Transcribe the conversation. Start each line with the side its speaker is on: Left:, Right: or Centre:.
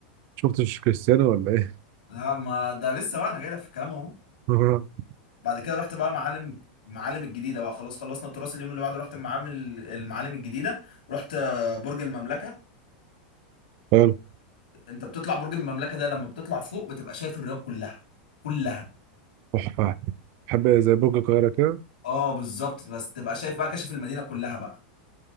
Right: شفتش كريستيانو ولا ايه
Left: لا ما ده لسه بقى انا جاي لك في الكلام اهو
Right: <laughs>
Left: بعد كده رحت بقى معالم معالم الجديدة بقى خلاص خلصنا التراث اليوم اللي بعده رحت المعالم المعالم الجديدة رحت آه، برج المملكة
Right: حلو
Left: انت بتطلع برج المملكه ده لما بتطلع فوق بتبقى شايف الرياض كلها كلها
Right: تحفة بحب زي برج القاهرة كده
Left: اه بالظبط بس تبقى شايف بقى كشف المدينه كلها بقى